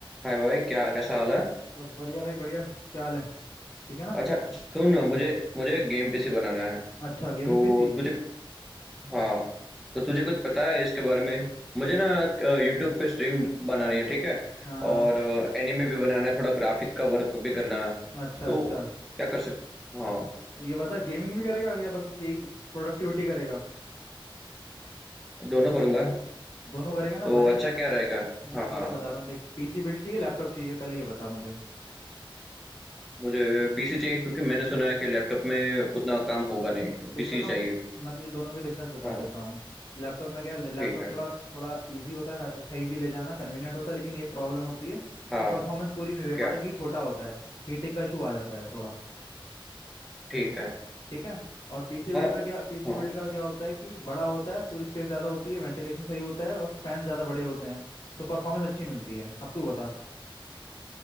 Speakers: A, in the centre; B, on the left (about 65°).
A: हाय भाई क्या कैसा हाल है
B: बस बढ़िया भाई बढ़िया क्या हाल है ठीक है ना
A: अच्छा सुन
B: हाँ
A: मुझे
B: हाँ
A: मुझे गेम पीसी बनाना है
B: अच्छा
A: तो
B: गेमिंग पीसी
A: तुझे हाँ तो तुझे कुछ पता है इसके बारे में मुझे
B: अरे
A: ना यूट्यूब पे स्ट्रीम बनानी है ठीक है
B: हाँ हाँ
A: और एनिमे भी बनाना है थोड़ा ग्राफिक का वर्क भी करना है
B: अच्छा
A: तो
B: अच्छा
A: क्या कर सक हाँ
B: ये बता गेमिंग भी करेगा या बस यही प्रोडक्टिविटी करेगा
A: दोनों करूँगा
B: दोनों करेगा ना
A: तो
B: बजट
A: अच्छा क्या रहेगा
B: मैं
A: हाँ
B: तुझे बता रहा हूँ देख पीसी बिल्ड चाहिए लैपटॉप चाहिए पहले ये बता मुझे
A: मुझे पीसी चाहिए क्योंकि मैंने सुना है कि लैपटॉप में उतना काम होगा नहीं तो
B: देख
A: पीसी
B: बताऊँ
A: चाहिए
B: मैं तुझे दोनों के डिफरेंस बता
A: हाँ
B: देता हूँ लैपटॉप में क्या है लैपटॉप
A: ठीक है
B: थोड़ा थोड़ा इजी होता है कहीं भी ले जाना कन्वीनियंट होता है लेकिन ये प्रॉब्लम होती है
A: हाँ
B: कि परफॉर्मेंस पूरी नहीं दे पाता
A: क्या
B: क्योंकि छोटा होता है हीटिंग का इशू आ जाता है थोड़ा
A: ठीक है
B: ठीक है और पीसी बिल्ड
A: हाँ
B: में क्या पीसी
A: हाँ
B: बिल्ड का क्या होता है कि बड़ा होता है पूरी स्पेस ज्यादा होती है वेंटिलेशन सही होता है और फैन ज्यादा बड़े होते हैं तो परफॉर्मेंस अच्छी मिलती है अब तू बता